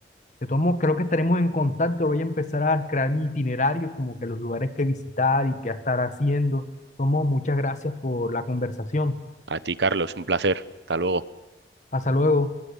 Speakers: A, on the left; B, on the right.
A: De todos modos, creo que estaremos en contacto, voy a empezar a crear mi itinerario, como que los lugares que visitar y qué estar haciendo. Tomo, muchas gracias por la conversación.
B: A ti, Carlos, un placer. Hasta luego.
A: Hasta luego.